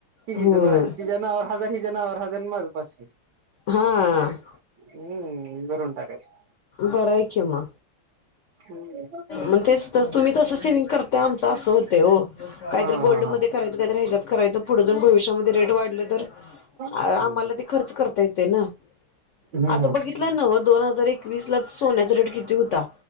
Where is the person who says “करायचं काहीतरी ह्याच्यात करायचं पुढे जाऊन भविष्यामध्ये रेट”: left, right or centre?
Left